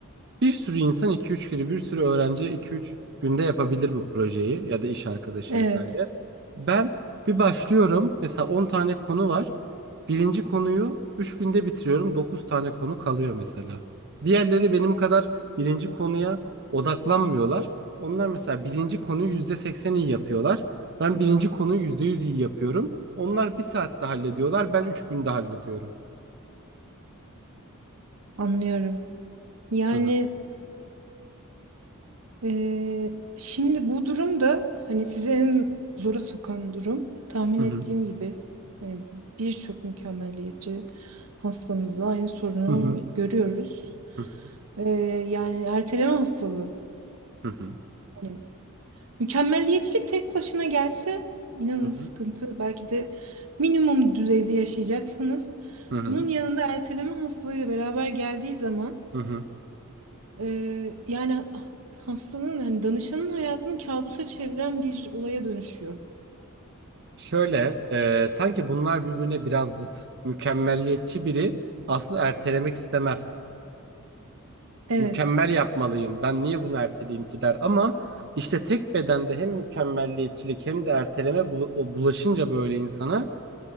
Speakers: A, on the right; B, on the right.
A: bir sürü insan iki üç kere bir sürü öğrenci iki üç günde yapabilir bu projeyi ya da iş arkadaşı
B: Evet,
A: vesaire. Ben bir başlıyorum mesela 10 tane konu var. Birinci konuyu 3 günde bitiriyorum 9 tane konu kalıyor mesela. Diğerleri benim kadar birinci konuya odaklanmıyorlar. Onlar mesela birinci konuyu %80 iyi yapıyorlar. Ben birinci konuyu %100 iyi yapıyorum. Onlar bir saatte hallediyorlar ben 3 günde hallediyorum.
B: anlıyorum. Yani.
A: Hı hı
B: Ee, şimdi bu durum da hani sizi en zora sokan durum. Tahmin
A: hı
B: ettiğim gibi hani birçok mükemmeliyetçi hastamızda aynı sorunu
A: hı hı
B: görüyoruz.
A: hı
B: Ee, yani erteleme hastalığı.
A: hı hı
B: Hani mükemmeliyetçilik tek başına gelse inanın
A: hı hı
B: sıkıntı. Belki de minimum düzeyde yaşayacaksınız.
A: hı hı.
B: Bunun yanında erteleme hastalığıyla beraber geldiği zaman
A: hı
B: Ee, yani ah, hastanın yani danışanın hayatını kabusa çeviren bir olaya dönüşüyor.
A: Şöyle, e, sanki bunlar birbirine biraz zıt. Mükemmelliyetçi biri aslında ertelemek istemez.
B: Evet.
A: Mükemmel yapmalıyım. Ben niye bunu erteleyeyim ki der. Ama işte tek bedende hem mükemmelliyetçilik hem de erteleme bulu- o bulaşınca böyle insana